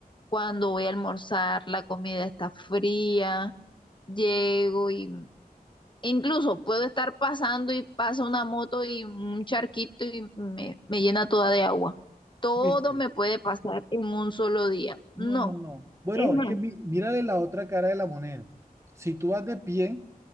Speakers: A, on the left; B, on the right.
A: Cuando voy a almorzar, la comida está fría. Llego y incluso puedo estar pasando y pasa una moto y un charquito y me, me llena toda de agua. Todo
B: ¿viste?
A: me puede pasar en un solo día. No.
B: No, no, no. Bueno,
A: Es más.
B: es que mi- mírale la otra cara de la moneda. Si tú vas de pie,